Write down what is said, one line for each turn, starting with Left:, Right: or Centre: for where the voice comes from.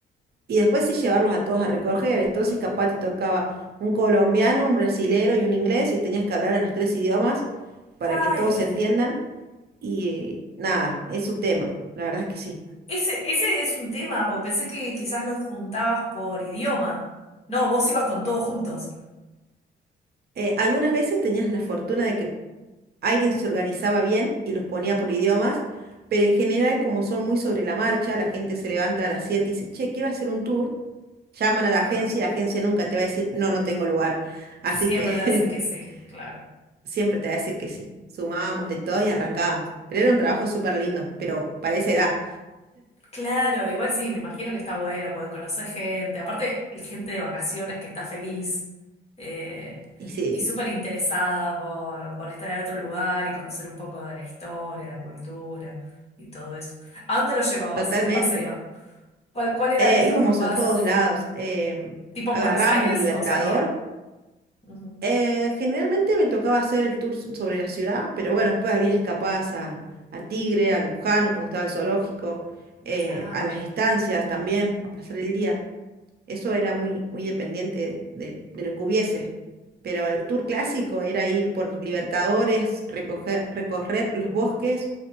Right: y después sí llevarlos a todos a recoger, entonces capaz te tocaba un colombiano, un brasilero y un inglés, y tenías que hablar en los tres idiomas para
Left: Ay.
Right: que todos se entiendan, y eh, nada, es un tema, la verdad es que sí.
Left: Ese, ese es un tema, porque pensé que quizás los juntabas por idioma. No, vos ibas con todos juntos.
Right: eh, algunas veces tenías la fortuna de que alguien se organizaba bien y los ponía por idiomas, pero en general, como son muy sobre la marcha, la gente se levanta a las 7 y dice, che, quiero hacer un tour. Llaman a la agencia
Left: Claro.
Right: y la agencia nunca te va a decir, no, no tengo lugar. Así
Left: Siempre
Right: que
Left: te va a decir que sí, claro.
Right: <laughs> siempre te va a
Left: Eh,
Right: decir que sí. Sumábamos de todo y arrancábamos. Pero era un trabajo súper lindo, pero para esa edad.
Left: claro, igual sí, me imagino que está bueno, porque conoces gente, aparte gente de vacaciones que está feliz eh,
Right: Y sí,
Left: y súper interesada por, por estar en otro lugar y conocer un poco de la historia, la cultura y todo eso. ¿A dónde lo llevabas
Right: totalmente.
Left: de paseo? ¿Cuál, cuál era
Right: Eh,
Left: el tour
Right: íbamos
Left: más
Right: a todos lados. em,
Left: tipo
Right: agarrábamos
Left: en Buenos Aires
Right: Libertador
Left: o salían? Ujú.
Right: Eh, generalmente me tocaba hacer el tour so- sobre la ciudad, pero bueno, después había escapadas a, a Tigre, a Luján, cuando estaba el zoológico, eh,
Left: Ah,
Right: a las estancias también, a pasar el día. Eso era muy, muy dependiente de, de lo que hubiese. Pero el tour clásico era ir por Libertadores, recoger, recorrer los bosques,